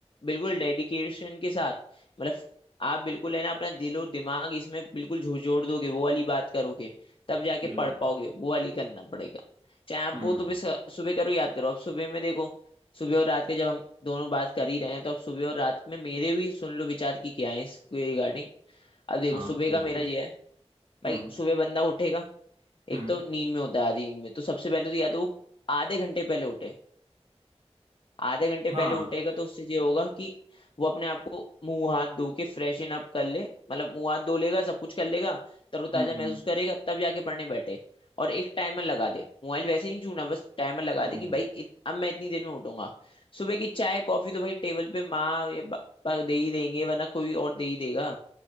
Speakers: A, on the left; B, on the right.
A: बिल्कुल डेडिकेशन के साथ मतलब आप बिल्कुल है ना अपना दिल और दिमाग इसमें बिल्कुल झोड़ दोगे वो वाली बात करोगे तब जाके
B: बिल्कुल
A: पढ़ पाओगे वो वाली करना पड़ेगा चाहे आप
B: हम्म
A: वो तो भी सुबह करो याद करो अब सुबह में देखो सुबह और रात के जब हम दोनों बात कर ही रहे हैं तो अब सुबह और रात में मेरे भी सुन लो विचार की क्या है इसके रिगार्डिंग अब देखो
B: हाँ
A: सुबह
B: बिल्कुल
A: का मेरा ये है भाई
B: हम्म
A: सुबह बंदा उठेगा
B: हम्म
A: एक तो नींद में होता है आधी नींद में तो सबसे पहले तो या तो वो आधे घंटे पहले उठे आधे घंटे
B: हाँ
A: पहले उठेगा तो उससे ये होगा कि वो अपने आप को मुंह हाथ धो के फ्रेशन अप कर ले मतलब मुंह हाथ धो लेगा सब कुछ कर लेगा तरोताजा
B: हम्म
A: महसूस
B: हम्म
A: करेगा तब जाके पढ़ने बैठे और एक टाइमर लगा दे मोबाइल वैसे नहीं छूना बस टाइमर लगा
B: हम्म
A: दे कि भाई इत, अब मैं इतनी देर में उठूंगा सुबह की चाय कॉफी तो भाई टेबल पे माँ या पापा दे ही देंगे वरना कोई और दे ही देगा